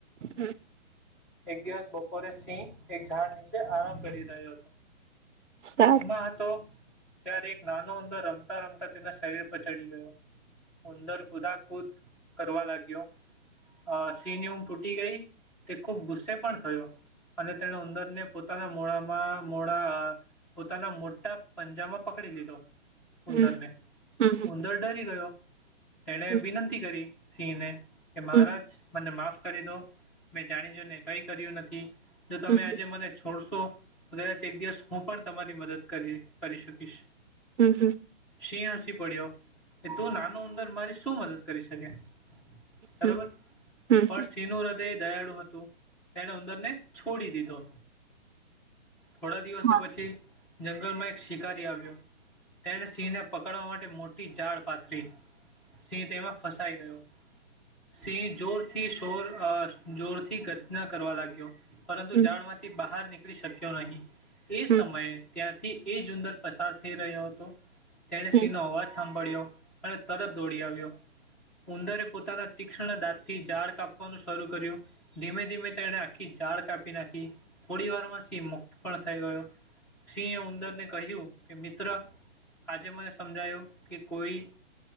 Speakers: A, on the right (about 75°); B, in the centre.
A: હમ્મ.
B: એક દિવસ બપોરે સિંહ એક ઝાડ નીચે આરામ કરી રહ્યો હતો.
A: સારું
B: ઊંઘમાં હતો. ત્યારે એક નાનો ઉંદર રમતા રમતા તેના શરીર પર ચડી ગયો ઉંદર કુદાકુદ કરવા લાગ્યો અ સિંહની ઊંઘ તૂટી ગઈ. ખુબ ગુસ્સે પણ થયો. અને તેને ઉંદરને પોત પોતાના મોળામાં મોડા અ પોતાના મોટા પંજામાં પકડી લીધો.
A: હમ
B: ઉંદરને
A: હમ
B: ઉંદર ડરી ગયો. તેણે
A: હમ
B: વિનંતી કરી. સિંહ ને કે મહારાજ
A: હમ
B: મને કરી દો. જાણી જોઈ ને કઈ કર્યું નથી. જો તમે
A: હમ
B: આજે મને છોડ તો કદાચ એક દિવસ હું પણ તમારી મદદ કરી કરી શકીશ.
A: હમ્મ હમ્મ.
B: સિંહ હસી પડ્યો. એ તું નાનું ઉંદર મા શું મદદ કરી શકે? બરોબર
A: હમ હમ
B: પણ સિંહનું રદ તે દયાળુ હત તું તેણે ઉંદરને છોડી દીધો. થોડા દિવસો
A: હા
B: પછી જંગલમાં એક શિકારી આવ્યો તેને સિંહને પકડવા માટે મોટી જાડ પાથરી સિંહ તેમાં ફસાઈ ગયો સિંહ જોરથી શોર અ જોર થી ગર્જના કરવા લાગ્યો. પરંતુ
A: હમ
B: ઝાળમાંથી બહાર નીકળી શકી યો નહીં. તે
A: હમ
B: સમયે ત્યાંથી એ જ ઉંદર પસાર થઈ રહ્યો હતો. તેણે
A: હમ
B: સિંહનો અવાજ સાંભળીયો અને તરત દોડી આવ્યો. ઉંદરે પોતાના તીક્ષ્ણ દાંત થી ઝાળ કાપવાનું શરૂ કર્યું ધીમે ધીમે તેણે આખી ઝાળ કાપી નાખી. થોડી વારમાં સિંહ મુક્ત પણ થઈ ગયો, સિંહ એ ઉંદરને કહ્યું કે મિત્ર આજે મને સમજાયો કે કોઈ